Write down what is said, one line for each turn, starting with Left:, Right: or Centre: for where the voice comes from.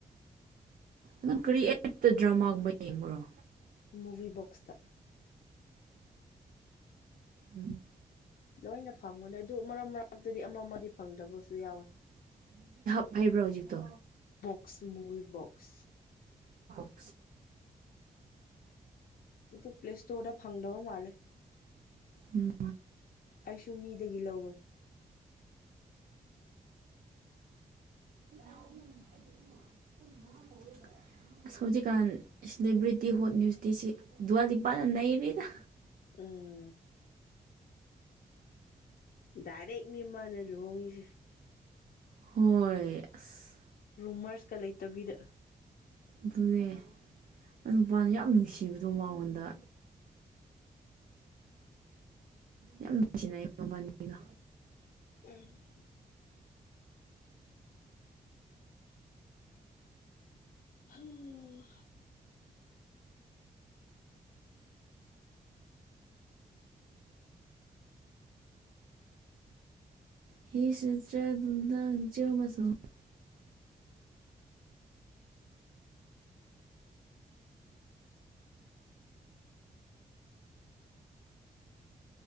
Right: ꯅꯪ ꯀꯔꯤ ꯑꯦꯞꯇ ꯗ꯭ꯔꯃꯥꯒꯨꯝꯕ ꯌꯦꯡꯕꯨꯔꯣ
Left: ꯃꯨꯕꯤꯕꯣꯛꯁꯗ
Right: ꯎꯝ
Left: ꯂꯣꯏꯅ ꯐꯪꯒꯅꯤ ꯑꯗꯨ ꯃꯔꯛ ꯃꯔꯛꯇꯗꯤ ꯑꯃꯃ ꯐꯪꯗꯕꯁꯨ ꯌꯥꯎꯋꯦ
Right: ꯐꯩꯕ꯭ꯔꯥ ꯍꯧꯖꯤꯛꯇꯣ
Left: ꯑꯁ ꯃꯨꯕꯤꯐꫭꯛꯁ
Right: ꯑ <unintelligible>
Left: ꯑꯗꫭ ꯄ꯭ꯂꯦꯁꯇꫭꯔꯗ ꯐꯪꯗꯕ ꯃꯥꯜꯂꯦ
Right: ꯎꯝ
Left: ꯑꯩꯁꯨ ꯃꯤꯗꯒꯤ ꯂꯧꯋꯦ
Right: <inaudible> ꯑꯁ ꯍꯧꯖꯤꯛꯀꯥꯟ ꯁꯦꯂꯦꯕ꯭ꯔꯤꯇꯤ ꯍꯣꯠ ꯅ꯭ꯌꯨꯁꯇꯤ ꯁꯤ ꯗꯨꯋꯥꯂꯤꯄꯥꯅ ꯅꯩꯔꯤꯗ
Left: ꯎꯝ ꯗꯥꯏꯔꯦꯛꯅꯤꯦꯝꯃꯅ ꯂꯨꯍꯣꯡꯉꯤꯁꯦ
Right: ꯍꯣꯏ ꯑꯁ
Left: ꯔꯨꯃꯔꯁꯀ ꯂꯩꯇꯕꯤꯗ
Right: ꯑꯗꯨꯅ‌ꯦ ꯃꯥꯏ ꯅꯨꯄꯥꯅ ꯌꯥꯝ ꯅꯨꯡꯁꯤꯕꯗꯣ ꯃꯉꯣꯟꯗ ꯌꯥꯝ ꯅꯨꯡꯁꯤꯅꯩ ꯃꯕꯥꯅꯤꯗꯣ
Left: ꯎꯝ ꯑꯣ
Right: ꯍ ꯁꯁꯙ ꯆ ꯃꯁꯜ <unintelligible>